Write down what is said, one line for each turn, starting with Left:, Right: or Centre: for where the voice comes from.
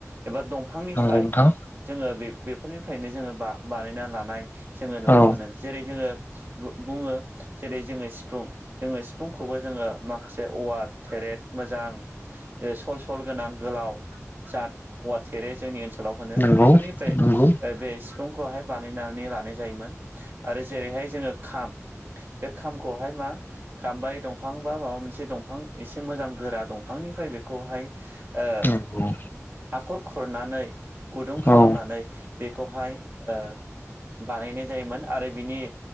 Right: एबा दंफांनिफ्राय
Left: नंगौ नोंथां
Right: जोङो बे बेफोरनिफ्रायनो जोङो बा-बानायना लानाय जोङो नुनो
Left: औ
Right: मोनो जेरै जोङो बु-बुङो जेरै जोङो सिफुं जोङो सिफुंखौबो जोङो माखासे औवार थेरेट मोजां ओ सल सल गोनां गोलाव जात औवा थेरे जोंनि ओन सोलाव होनो
Left: नंगौ
Right: बेफोरनिफ्राय
Left: नंगौ
Right: बे सिफुंखौहाय बानायनानै लानाय जायोमोन आरो जेरैहाय जोङो खाम बे खामखौहाय मा गाम्बारि दंफां बा माबा मोनसे दंफां एसे मोजां गोरा दंफांनिफ्राय बेखौहाय ओ
Left: नंगौ
Right: हाखर खुरनानै गुदुं खालामनानै
Left: औ
Right: बेखौहाय ओ बानायनाय जायोमोन आरो बिनि